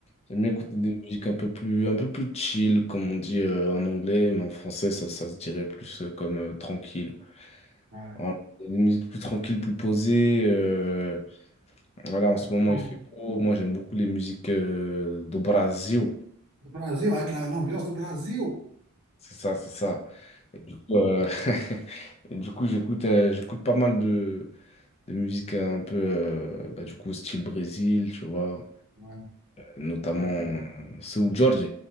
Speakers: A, on the left; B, on the right.
A: J'aime bien écouter des musiques un peu plus, un peu plus chill, comme on dit, euh, en anglais, mais en français, ça, ça se dirait plus euh, comme euh, tranquille.
B: Ouais.
A: Voilà. Des musiques plus tranquilles, plus posées. euh, voilà, en ce moment,
B: Bon,
A: il fait beau. Moi, j'aime beaucoup les musiques euh, do Brasil.
B: le Brésil, avec la- l'ambiance de Brésil.
A: C'est ça, c'est ça. Et du coup, euh, <laughs> et du coup, j'écoute euh, j'écoute pas mal de, de musique un peu, euh, bah, du coup, style Brésil, tu vois,
B: Ouais,
A: notamment
B: un peu,
A: euh, Seu
B: un peu-
A: Jorge.